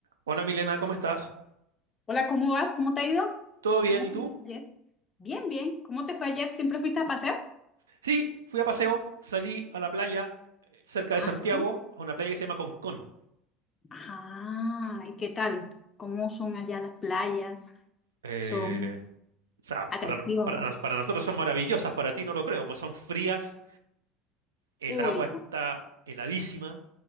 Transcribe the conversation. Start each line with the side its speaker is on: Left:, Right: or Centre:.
Right: Hola Milena, ¿cómo estás?
Left: Hola, ¿cómo vas? ¿Cómo te ha ido?
Right: ¿Todo bien?
Left: ¿Cómo
Right: ¿Y
Left: te
Right: tú?
Left: fue ayer? Bien, bien. ¿Cómo te fue ayer? ¿Siempre fuiste a paseo?
Right: Sí, fui a paseo, salí a la playa eh, cerca
Left: Ah,
Right: de Santiago,
Left: sí.
Right: a una playa que se llama Concón.
Left: Ajá. ¿Y qué tal? ¿Cómo son allá las playas?
Right: Eh,
Left: ¿Son
Right: o sea,
Left: agresivas
Right: para, no- para
Left: o no?
Right: nos- para nosotros son maravillosas, para ti no lo creo, pues son frías, el
Left: Uy,
Right: agua está
Left: no.
Right: heladísima.